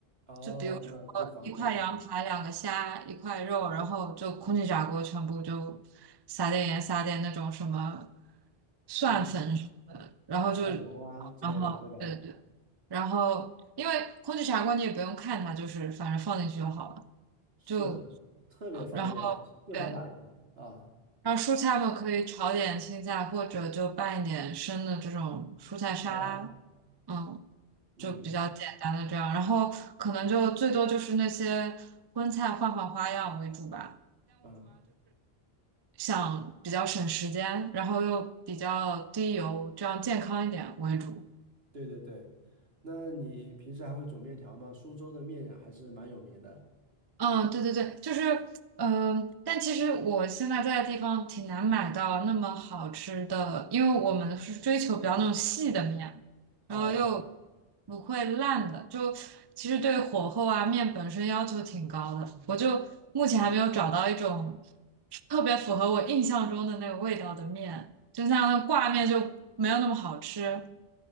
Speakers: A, on the right (about 75°); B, on the right (about 35°).
A: 哦，
B: 就比如说一块羊排、
A: 那最方便了。
B: 两个虾、一块肉，然后就空气炸锅全部就撒点盐、撒点那种什么蒜粉什么的，
A: 嗯，
B: 然后就
A: 啊，蒜蓉啊之类的，
B: 然后对对对。
A: 对吧？
B: 然后因为空气炸锅你也不用看它，就是反正放进去就好了。
A: 是，
B: 就
A: 特别方便，
B: 呃然后对，
A: 适合懒人啊。
B: 然后蔬菜们可以炒点青菜，或者就拌一点生的这种蔬菜沙拉，
A: 好啦，
B: 嗯，
A: 嗯
B: 就比较简单的这样。然后可能就最多就是那些荤菜换换花样为主吧。
A: 嗯，
B: 想比较省时间，然后又比较低油，这样健康一点为主。
A: 对对对。那你平时还会煮面条吗？苏州的面还是蛮有名的。
B: 嗯，对对对，就是，嗯、但其实我现在在的地方挺难买到那么好吃的，因为我们是追求比较那种细的面，然后又
A: 哦，
B: 不会烂的，就其实对火候啊、面本身要求挺高的，我就目前还没有找到一种
A: 嗯
B: 特别符合我印象中的那个味道的面，就像那挂面就没有那么好吃，